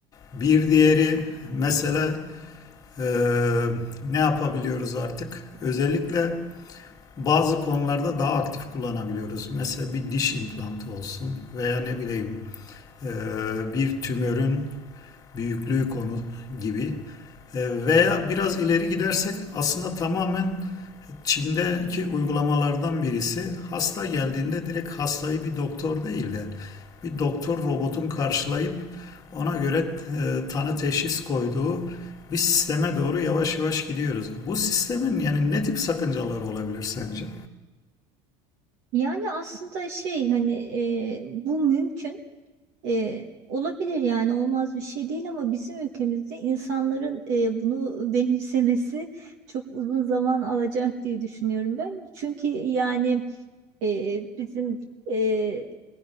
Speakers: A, on the left; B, on the right.
A: Bir diğeri mesele e, ne yapabiliyoruz artık? Özellikle bazı konularda daha aktif kullanabiliyoruz. Mesela bir diş implantı olsun veya ne bileyim e, bir tümörün büyüklüğü konu gibi. E, veya biraz ileri gidersek aslında tamamen Çin'deki uygulamalardan birisi hasta geldiğinde direkt hastayı bir doktor değil de bir doktor robotun karşılayıp ona göre e, tanı teşhis koyduğu bir sisteme doğru yavaş yavaş gidiyoruz. Bu sistemin yani ne tip sakıncaları olabilir sence?
B: Yani aslında şey hani eee, bu mümkün. E, olabilir yani olmaz bir şey değil ama bizim ülkemizde insanların e, bunu benimsemesi çok uzun zaman alacak diye düşünüyorum ben. Çünkü yani e, bizim e,